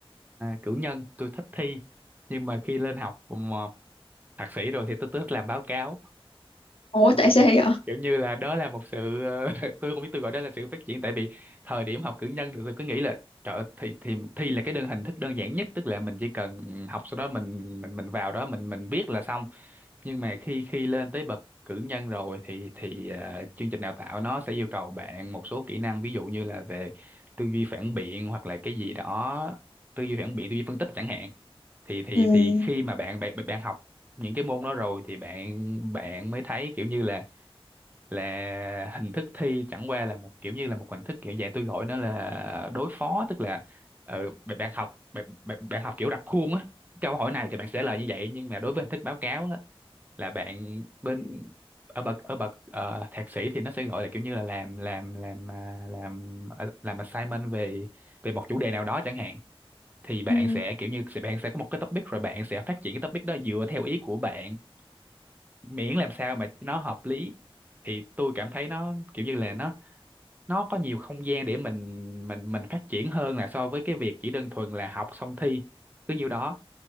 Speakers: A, on the right; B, on the left.
A: cử nhân tôi thích thi nhưng mà khi lên học mà thạc sĩ rồi thì tôi tôi thích làm báo cáo
B: Ủa
A: kiểu
B: tại
A: như
B: sao
A: kiểu,
B: vậy?
A: kiểu như là đó là một sự ờ, <laughs> tôi không biết tôi gọi đó là sự phát triển tại vì thời điểm học cử nhân thì tôi cứ nghĩ là Trời ơi, thì thì thi là cái đơn hình thức đơn giản nhất tức là mình chỉ cần học sau đó mình mình mình vào đó mình mình viết là xong nhưng mà khi khi lên tới bậc cử nhân rồi thì thì à, chương trình đào tạo nó sẽ yêu cầu bạn một số kỹ năng ví dụ như là về tư duy phản biện hoặc là cái gì đó tư duy phản biện tư duy phân tích chẳng hạn thì thì
B: Ừ.
A: thì khi mà bạn bạn bạn học những cái môn đó rồi thì bạn bạn mới thấy kiểu như là là hình thức thi chẳng qua là một kiểu như là một hình thức kiểu dạng tôi gọi nó là đối phó tức là ừ, bạn bạn học bạn, bạn, bạn học kiểu rập khuôn á câu hỏi này thì bạn sẽ lời như vậy nhưng mà đối với hình thức báo cáo á, là bạn bên ở bậc ở bậc ờ, thạc sĩ thì nó sẽ gọi là kiểu như là làm làm làm à, làm à, làm assignment về về một chủ đề nào đó chẳng hạn thì bạn
B: Ừ.
A: sẽ kiểu như sẽ- bạn sẽ có một cái topic rồi bạn sẽ phát triển cái topic đó dựa theo ý của bạn miễn làm sao mà nó hợp lý thì tôi cảm thấy nó kiểu như là nó nó có nhiều không gian để mình mình mình phát triển hơn là so với cái việc chỉ đơn thuần là học xong thi cứ nhiêu đó